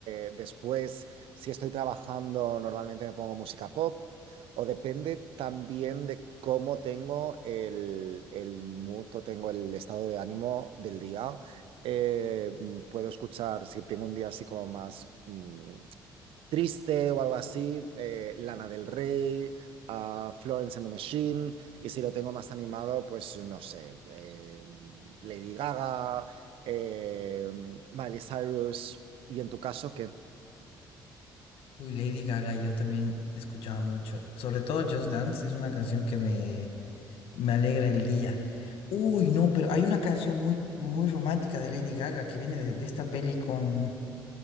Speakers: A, on the right (about 70°); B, on the left (about 70°).
A: eh, después, si estoy trabajando, normalmente me pongo música pop. O depende también de cómo tengo el, el mood o tengo el estado de ánimo del día. Eh, mm, puedo escuchar, si tengo un día así como más mm, triste o algo así, eh, Lana del Rey, a Florence and the Machine, y si lo tengo más animado, pues no sé, eh, Lady Gaga, eh, Miley Cyrus, y en tu caso, ¿qué?
B: Uy, Lady Gaga, yo también escuchaba mucho. Sobre todo Just Dance, es una canción que me, Me alegra el día. Uy, no, pero hay una canción muy, muy romántica de Lady Gaga que viene de, de esta peli con,